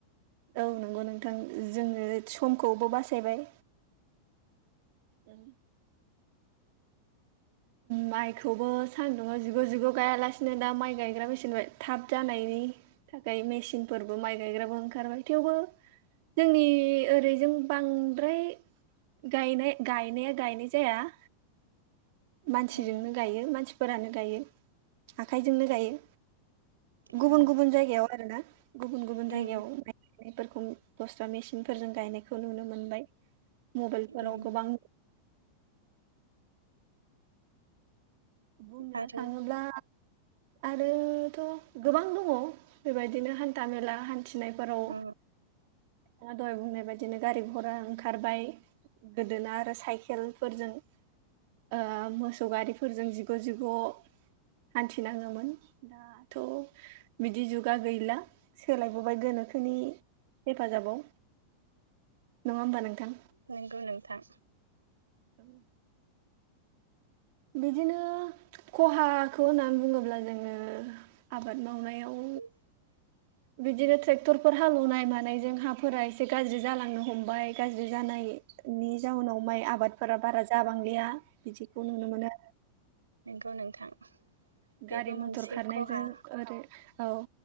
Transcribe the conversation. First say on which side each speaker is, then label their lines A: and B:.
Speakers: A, on the right; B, on the right.
A: औ नंगौ नोंथां जोंङो समखौबो बासायबाय उम माइखौबो सानदुं आव जिग' जिग' गायालासिनो दा माइ गायग्रा बेसेन थाब जानायनि थाखाय मेसिनफोरबो माइ गायग्राबो ओंखारबाय थेवबो जोंनि ओरैजों बांद्राय गायनाय गायनाया गायनाय जाया
B: <inaudible>
A: मानसिजोंनो
B: उम
A: गायो मानसिफोरानो गायो आखाइजोंनो
B: औ
A: गायो
B: औ
A: गुबुन गुबुन जायगायाव आरो ना गुबुन गुबुन जायगायाव
B: उम
A: माइनायफोरखौ दस्रा मेसिनफोरजों गायनायखौ नुनो मोनबाय मबाइलफोराव
B: उम
A: गोबां बुंनो
B: आरो
A: थांङोब्ला आरोथ' गोबां दंङ बेबायदिनो हान्था मेला हान्थि फिनायफोराव
B: उम
A: <unintelligible> दहाय बुंनाय बायदिनो गारि घरा ओंखारबाय गोदोना आरो साइकेलफोरजों ओ मोसौ गारिफोरजों जि गो जिगौ हान्थिनांङोमोन दाथ' बिदि जुगा गैला सोलायबोबाय गोनोखोनि हेफाजाबाव नङा होमबा नोंथां
B: नंगौ नोंथां
A: औ बिदिनो खहाखौ होननानै बुंङोब्ला जोंङो आबाद मावनायाव
B: <unintelligible>
A: बिदिनो ट्रेक्टरफोर हालेवनाय मानायजों हाफोरा एसे गाज्रि जालांनो हमबाय गाज्रि जानाय नि जाउनाव माइ आबादफोरा बारा जाबांलिया बिदिखौ नुनो मोनो
B: <unintelligible> ' नोंथां बेबो
A: गारि मथर
B: मोनसे
A: खारनायजों
B: खहा
A: ओरै औ